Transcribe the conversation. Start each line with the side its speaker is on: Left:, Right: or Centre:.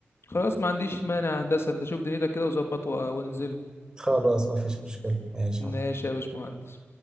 Left: خلاص ما عنديش مانع يا هندسة انت شوف دنيتك كده وظبط و- وانزله
Right: خلاص مفيش مشكله ماشي
Left: ماشي يا باشمهندس